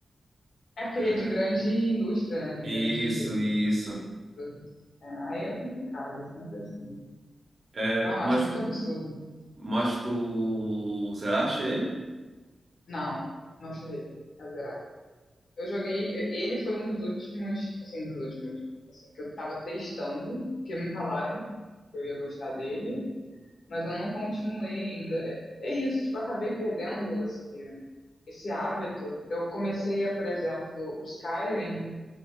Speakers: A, on the left; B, on the right.
A: É porque
B: É,
A: ele é de grande indústria, né? De
B: isso,
A: grande
B: isso.
A: produto. É, aí é complicado, é sempre assim.
B: É,
A: Não,
B: mas
A: eu acho muito absurdo.
B: Mas tu. Será? Achei ele?
A: Não, não cheguei a zerar. Eu joguei. Ele foi um dos últimos, assim, dos últimos, assim, que eu tava testando, que me falaram que eu ia gostar dele, mas eu não continuei ainda. É, é isso, tipo, eu acabei perdendo esse, esse hábito. Eu comecei a, por exemplo, o Skyrim